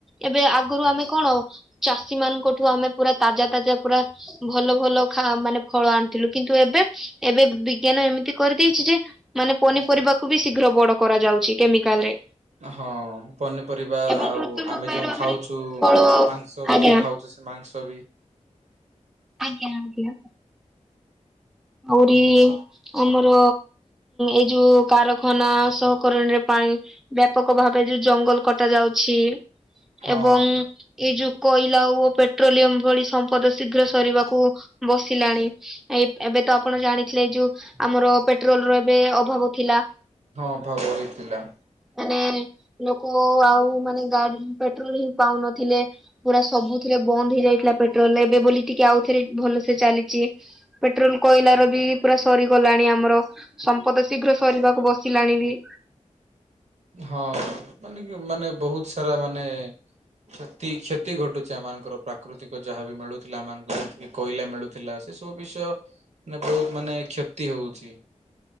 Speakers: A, in the centre; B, on the right.
A: ଏବେ ଆଗରୁ ଆମେ କଣ ଚାଷୀ ମାନଙ୍କଠୁ ଆମେ ପୁରା ତାଜା ତାଜା ପୁରା। ଭଲ ଭଲ ଖା ମାନେ ଫଳ ଆଣିଥିଲୁ କିନ୍ତୁ ଏବେ ଏବେ ବିଜ୍ଞାନ ଏମିତି କରିଦେଇଛି ଯେ। ମାନେ ପନିପରିବାକୁ ବି ଶୀଘ୍ର ବଡ କରାଯାଉଛି କେମିକାଲ ରେ।
B: ହଁ ପନିପରିବା
A: ଏବଂ
B: ଆଉ
A: କୃତ୍ରିମ
B: ଆମେ
A: ଉପାୟରେ
B: ଯେଉ ଖାଉଛୁ
A: ମାନେ ଫଳ
B: ମାଂସ ବି
A: ଆଜ୍ଞା
B: ଯେଉଁ ଖାଉଛୁ ମାଂସ ବି।
A: ଆଜ୍ଞା ଆଜ୍ଞା। ଆହୁରି।
B: ସ-
A: ଆମର ଏଇ ଯୋଉ କାରଖାନା ସହକରଣୀରେ ପାଣି। ବ୍ୟାପକ ଭାବେ ଯୋଉ ଜଙ୍ଗଲ କଟା ଯାଉଛି
B: ହଁ
A: ଏବଂ। ଏଇ ଯୋଉ କୋଇଲା ଓ ପେଟ୍ରୋଲିୟମ ଭଳି ସମ୍ପଦ ଶୀଘ୍ର ସରିବାକୁ। ବସିଲାଣି ଏ। ଏବେ ତ ଆପଣ ଜାଣିଥିଲେ ଯୋଉ ଆମର ପେଟ୍ରୋଲର ଏବେ ଅଭାବ ଥିଲା।
B: ହଁ ଅଭାବ ହେଇଥିଲା।
A: ମାନେ ଲୋକ ଆଉ ମାନେ ଗାଡି ପେଟ୍ରୋଲ ହିଁ ପାଉନଥିଲେ। ପୁରା ସବୁଥିରେ ବନ୍ଦ ହେଇଯାଇଥିଲା ପେଟ୍ରୋଲ ଏବେ ବୋଲି ଟିକେ ଆଉଥରେ ଭଲସେ ଚାଲିଛି। ପେଟ୍ରୋଲ କୋଇଲା ର ବି ପୁରା ସରିଗଲାଣି ଆମର। ସମ୍ପଦ ଶୀଘ୍ର ସରିବାକୁ ବସିଲାଣି ବି।
B: ହଁ ମାନେ କି ମାନେ ବହୁତ ସାରା ମାନେ। କ୍ଷତି କ୍ଷତି ଘଟୁଛି ଏମାନଙ୍କର ପ୍ରାକୃତିକ ଯାହାବି ମିଳୁ ଥିଲା ଆମ ମାନଙ୍କୁ ଯେମତି କୋଇଲା ମିଳୁଥିଲା ସେ ସବୁ ବିଷୟ ମାନେ ବହୁତ ମାନେ କ୍ଷତି ହଉଛି।